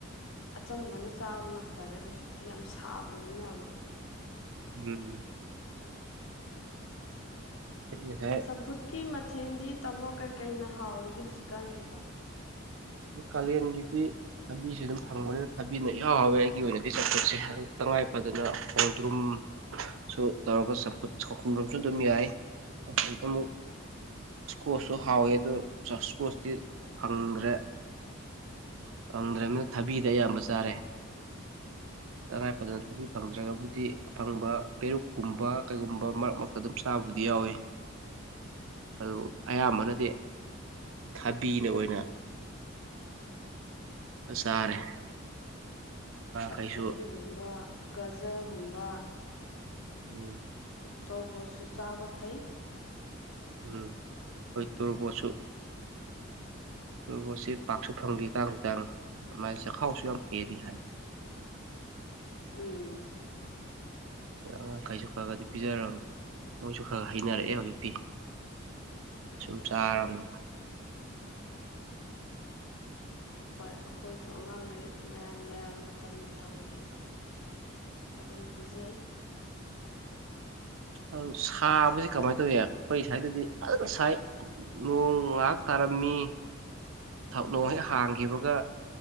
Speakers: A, on the left (about 80°); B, on the right (about 75°).
A: ꯑꯆꯝꯕꯅ ꯆꯥꯕꯅ ꯐꯔꯦ ꯍꯧꯖꯤꯛꯇꯤ ꯌꯥꯝ ꯁꯥꯕꯅꯤꯅꯕ꯫
B: <unintelligible> ꯑꯩ ꯉꯁꯥꯏ
A: ꯆꯝꯐꯨꯠꯀꯤ ꯃꯊꯦꯜꯗꯤ ꯇꯥꯃꯣ ꯀꯩ ꯀꯩꯅ ꯍꯥꯎꯔꯤꯒꯦ ꯍꯧꯖꯤꯛꯀꯥꯟꯁꯤꯕꯣ꯫
B: ꯀꯥꯂꯦꯟꯒꯤꯗꯤ ꯊꯕꯤꯁꯦ ꯑꯗꯨꯝ ꯐꯪꯕꯅꯤꯅ ꯊꯕꯤꯅ ꯌꯥꯥꯎꯋꯦ ꯑꯩꯒꯤ ꯑꯣꯏꯅꯗꯤ ꯆꯝꯐꯨꯠꯁꯦ ꯇꯉꯥꯏ ꯐꯗꯅ ꯈꯣꯡꯗ꯭ꯔꯨꯝꯁꯨ ꯇꯧꯔꯒ ꯆꯝꯐꯨꯠ ꯆꯈꯨꯝꯗ꯭ꯔꯨꯝꯁꯨ ꯑꯗꯨꯝ ꯌꯥꯏ ꯍꯧꯖꯤꯛ ꯑꯃꯨꯛ ꯁ꯭ꯀꯣꯁꯁꯨ ꯍꯥꯎꯋꯦ ꯑꯗꯨ ꯁ꯭ꯀꯣꯁꯇꯤ ꯐꯪꯗ꯭ꯔꯦ꯫ ꯐꯪꯗ꯭ꯔꯝꯅꯤꯅ ꯊꯕꯤꯗ ꯑꯌꯥꯝꯕ ꯆꯥꯔꯦ ꯇꯉꯥꯏ ꯐꯗꯅ ꯊꯕꯤ ꯐꯪꯗ꯭ꯔꯒꯕꯨꯗꯤ ꯑꯐꯪꯕ ꯄꯦꯔꯨꯛꯀꯨꯝꯕ ꯀꯩꯒꯨꯝꯕ ꯃꯔꯛ ꯃꯔꯛꯇ ꯑꯗꯨꯝ ꯆꯥꯕꯕꯨꯗꯤ ꯌꯥꯎꯋꯤ ꯑꯗꯨ ꯑꯌꯥꯝꯕꯅꯗꯤ ꯊꯕꯤꯅ ꯑꯣꯏꯅ꯫ ꯆꯥꯔꯦ꯫ ꯀꯩꯁꯨ
A: ꯊꯕꯤꯒꯨꯝꯕ꯫ ꯒꯥꯖ꯭ꯔꯒꯨꯝꯕ꯫
B: ꯎꯝ꯫
A: ꯇꯣꯔꯕꯣꯠꯁꯨ ꯆꯥꯕ ꯐꯩ꯫
B: ꯎꯝ ꯍꯣꯏ ꯇꯣꯔꯕꯣꯠꯁꯨ꯫ ꯔꯕꯣꯠꯁꯦ ꯄꯥꯛꯁꯨ ꯐꯪꯗꯦ ꯇꯥꯡꯁꯨ ꯇꯥꯡꯉꯦ ꯃꯥꯥꯁꯦ ꯆꯈꯥꯎꯁꯨ ꯌꯥꯝ ꯐꯩꯌꯦꯗꯤ ꯍꯥꯏ꯫
A: ꯎꯝ꯫
B: ꯑ ꯑꯉꯥꯡꯈꯩꯁꯨ ꯈꯔ ꯈꯗꯤ ꯄꯤꯖꯔꯕꯅꯤ ꯃꯣꯏꯁꯨ ꯈꯔ ꯈ ꯍꯩꯅꯔꯛꯑꯦ ꯍꯧꯖꯤꯛꯇꯤ ꯁꯨꯝ ꯆꯥꯔꯕꯅꯤꯅ꯫
A: ꯍꯣꯏ ꯑꯩꯈꯣꯏꯁꯨ ꯑꯉꯥꯡꯈꯩ ꯃꯌꯥꯟ ꯃꯌꯥꯟ ꯃꯇꯝ ꯃꯇꯝꯒꯤ ꯑꯗꯨꯝ ꯄꯤꯖꯩ꯫
B: ꯑꯗꯨ ꯁꯥꯕꯁꯤ ꯀꯃꯥꯏꯅ ꯇꯧꯏ ꯑꯩꯈꯣꯏ ꯁ꯭ꯋꯥꯏꯗꯗꯤ ꯐꯖꯅ ꯁꯥꯏ ꯅꯣꯡ ꯉꯍꯥꯛ ꯇꯥꯔꯝꯃꯤ ꯅꯣꯡ ꯍꯦꯛ ꯍꯥꯡꯈꯤꯕꯒ